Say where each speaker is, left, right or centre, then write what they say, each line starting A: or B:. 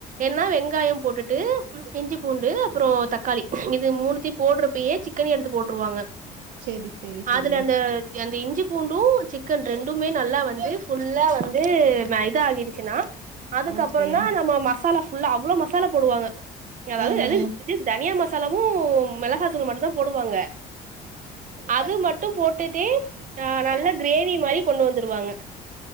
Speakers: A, on the right (about 50°); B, on the right (about 85°).
A: என்னா வெங்காயம் போட்டுட்டு இஞ்சி பூண்டு அப்புறம் தக்காளி இது மூணுத்தையும் போடுறப்பயே சிக்கனையும் எடுத்து போ ட்டுருவாங்க
B: செரி செரி செரி
A: அதுல அந்த அந்த இஞ்சி பூண்டும் சிக்கன் ரெண்டுமே நல்லா வந்து ஃபுல்லா வந்து ம இ தா ஆகிடுச்சுன்னா அதுக்கப்புறோ
B: ஓகே
A: தா நம்ம மசாலா ஃபுல்லா அவ்ளோ மசாலா போடுவாங்க அதாவ்து
B: ஆஹா
A: அது <unintelligible> தனியா மசா மசாளாவு மிளகாத்தூளு மட்டுந் தா போடுவாங்க அது மட்டு போட்டுட்டே அ நல்ல கிரேவி மாரி கொண்டு வந்துருவாங்க